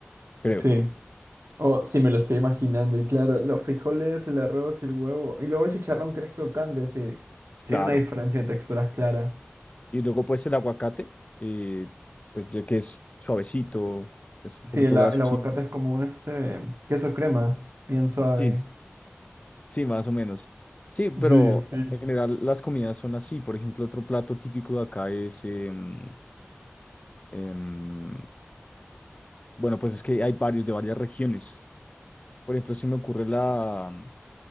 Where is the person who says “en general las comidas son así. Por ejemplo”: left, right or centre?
Left